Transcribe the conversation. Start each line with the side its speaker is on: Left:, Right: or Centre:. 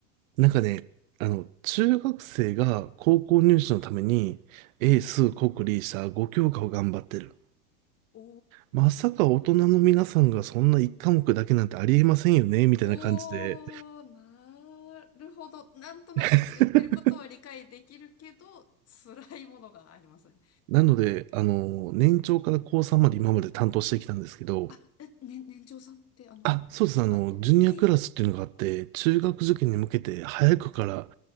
Right: なんかね、あの、中学生が高校入試のために、英数国理社5教科を頑張ってる。
Left: はい。お
Right: まさか大人の皆さんがそんな一科目だけなんてありえませんよね、
Left: ー、
Right: みたいな感じで。
Left: おー、なるほど。なんとなく言ってることは理解できるけど、
Right: <laughs>
Left: 辛いものがありますね。
Right: なので、あの、年長から高3まで今まで担当してきたんですけど、
Left: あ、え、ね、年長さんってあの、
Right: あ、そうです。あの、
Left: あ、うえ、
Right: ジュニアクラスっていうのがあって、中学受験に向けて早くから